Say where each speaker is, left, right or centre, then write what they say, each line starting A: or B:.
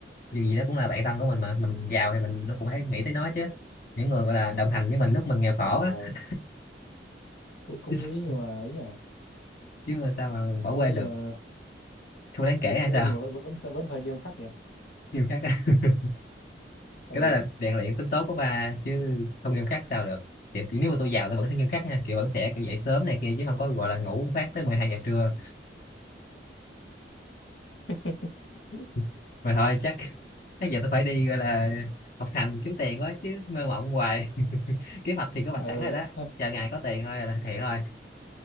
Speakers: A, on the left; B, on the left.
A: dù gì đó cũng là bạn thân của mình mà mình giàu thì mình nó cũng phải nghĩ tới nó chứ những người gọi là đồng hành với mình lúc
B: à,
A: mình nghèo
B: ôi
A: khổ
B: trời,
A: á
B: cũng cũng
A: <laughs> chứ sao
B: nghĩ nhưng mà ấy nhỉ,
A: chứ mà sao mà bỏ
B: cũng
A: quên
B: nghĩ nhưng
A: được
B: mà
A: không đáng kể
B: cũng
A: hay
B: cũng
A: sao
B: nghĩ nhưng mà vẫn vẫn vẫn, vẫn hơi nghiêm khắc nhỉ.
A: <laughs> nghiêm khắc á <laughs>
B: Ừ.
A: cái đó là rèn luyện tính tốt của ba chứ không nghiêm khắc sao được thì thì nếu mà tôi giàu tôi vẫn sẽ nghiêm khắc nha kiểu vẫn sẽ kiểu dậy sớm này kia chứ không có gọi là ngủ một phát tới mười hai giờ trưa
B: <laughs>
A: <laughs> mà thôi chắc <laughs> bây giờ tôi phải đi gọi là học hành kiếm tiền quá chứ mơ mộng hoài <laughs> kế hoạch thì có mặt
B: ừ
A: sẵn rồi đó
B: <laughs>
A: chờ ngày có tiền thôi là thực hiện thôi